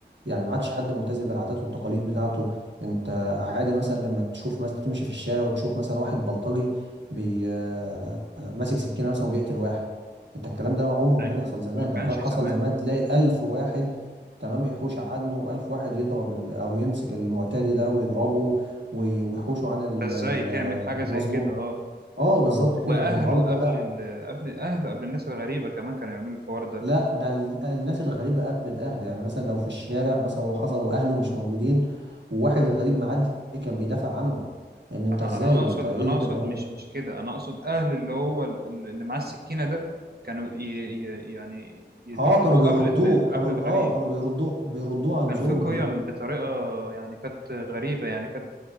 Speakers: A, on the right; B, on the right.
A: يعني ما عادش حد ملتزم بالعادات والتقاليد بتاعته انت عادي مثلا لما تشوف مثلا تمشي في الشارع وتشوف مثلا واحد بلطجي بي آه، آه، ماسك سكينه مثلا وبيقتل واحد انت الكلام ده عمره ما
B: أيوة
A: كان يحصل
B: ده
A: زمان
B: ما كانش
A: لو كان حصل
B: زمان
A: زمان تلاقي ألف واحد تمام يحوش عنه و1000 واحد يضرب ال... او يمسك المعتدي ده ويضربه وي- ويحوشه عن ال-
B: فإزاي
A: ال-
B: تعمل حاجة
A: المظلوم
B: زي كده أه
A: اه بالظبط كده
B: وأهله
A: النهارده
B: قبل
A: لا
B: ال... قبل أهله قبل الناس الغريبة كمان كانوا يعملوا الحوار ده
A: لا ده ال- الناس الغريبه قبل الاهل يعني مثلا لو في الشارع مثلا وحصل واهله مش موجودين وواحد غريب معدي كان بيدافع عنه ان انت
B: أنا
A: ازاي
B: أنا أقصد
A: انت ايه
B: أنا
A: اللي انت
B: أقصد
A: بتعمله
B: مش
A: ده
B: مش كده أنا أقصد أهل اللي هو ال- اللي معاه السكينة ده كانوا ي... ي... يعني يضربوه
A: اه كانوا بيردوه
B: قبل ال...
A: كانوا
B: قبل الغريب
A: اه كانوا بيردوه بيردوه عن
B: كان
A: ظلمه
B: في قيم
A: ده
B: بطريقة يعني كانت غريبة يعني كانت